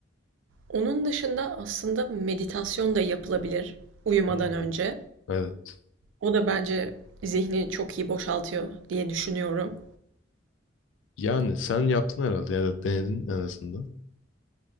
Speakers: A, on the right; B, on the left.
A: Onun dışında aslında meditasyon da yapılabilir uyumadan
B: Hı hı.
A: önce.
B: Evet.
A: O da bence zihni çok iyi boşaltıyor diye düşünüyorum.
B: Yani sen yaptın herhalde ya da denedin en azından.